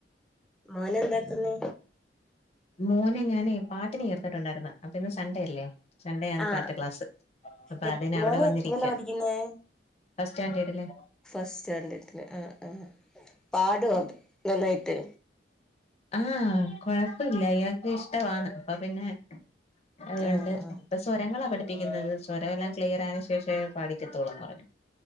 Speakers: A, in the centre; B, on the left (about 35°).
A: മോൻ എന്താക്കുന്ന്
B: മോനെ ഞാനെ പാട്ടിന് ചേർത്തിട്ടുണ്ടായിരുന്നു അപ്പൊ ഇന്ന് സൺഡേ അല്ലേ സണ്ടേ ആണ്
A: ആഹ്
B: പാട്ട് ക്ലാസ് അപ്പൊ
A: എ
B: അതിന്
A: മോന്
B: അവിടെ വന്നിരിക്കുവാ
A: എത്രയിലാ പഠിക്കുന്നെ
B: ഫസ്റ്റ് സ്റ്റാഡേർഡ്ല്ല്
A: ഫസ്റ്റ് സ്റ്റാൻഡേർഡിൽ ആഹ് ആഹ് പാടോ നന്നായിട്ട്
B: ആഹ് കൊഴപ്പവില്ല അയാൾക്ക് ഇഷ്ട്ടവാണ് അപ്പൊ പിന്നെ അതുകൊണ്ട്
A: ആഹ് ആഹ്
B: ഇപ്പൊ സ്വരങ്ങളാ പഠിപ്പിക്കുന്നത് സ്വരം എല്ലാം ക്ലിയർ ആയതിന് ശേഷേ പാടിക്കെത്തുള്ളൂന്ന് പറഞ്ഞു